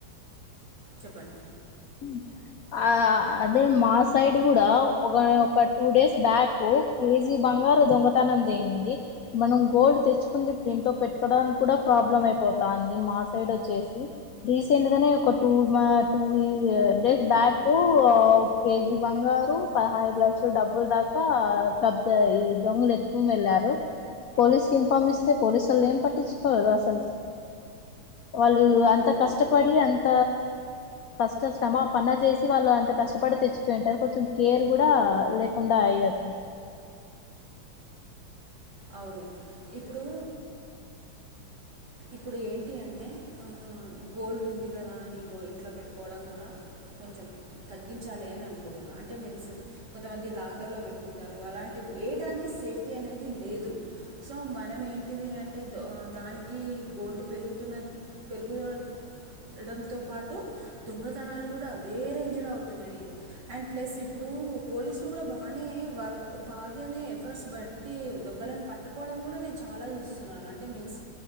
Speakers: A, on the right; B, on the left.
A: చెప్పండి
B: ఉ ఆ అదే మా సైడ్ కూడా ఒక ఒక టూ డేస్ బ్యాక్ కేజీ బంగారు దొంగతనం జేయింది మనం గోల్డ్ తెచ్చుకుంది ఇప్పుడు ఇంట్లో పెట్టుకోవడానికి కూడా ప్రాబ్లం అయిపోతాంది మా సైడ్ వచ్చేసి రీసెంట్ గానే ఒక టూ మా టూ ఇ డేస్ బ్యాక్ కేజీ బంగారు పదహైదు లక్షల డబ్బులు దాకా క ఇ దొంగలు ఎత్తుకొని వెళ్లారు పోలీస్కీ కన్ఫామ్ ఇస్తే పోలీసులు ఏం పట్టించుకోరు అసలు వాళ్ళు
A: ఉమ్,
B: అంత కష్టపడి అంత కష్ట శ్రమ ఆ పనీ చేసి వాళ్ళు అంత కష్టపడి తెచ్చుకుంటారు కొంచెం కేర్ కూడా లేకుండా అయాది
A: అవును ఇప్పుడు ఇప్పుడు ఏంటి అంటే గోల్డ్ ఉంది కదా అని గో ఇంట్లో పెట్టుకోవడం కూడా కొంచెం తగ్గించాలి అని అనుకుంటున్నా అంటే మిన్స్ కొంతమంది లాకర్లో పెట్టుకుంటారు అలాంటి ఏ దానికి సేఫ్టీ అనేది లేదు సో మనం ఏంటిది అంటే దో దానికి ఈ గోల్డ్ పెరుగుతున్న పెరుగు పెరగడంతో పాటు దొంగతనాలు కూడా అదే రేంజ్లో అవుతున్నాయి అండ్ ప్లస్ ఇప్పుడు పోలీసులు కూడా బాగానే వర్క్ బాగానే ఎఫర్ట్స్ బట్ టి దొంగలను పట్టుకోవడం కూడా నేను చాలా చూస్తున్నాను అంటే మీన్స్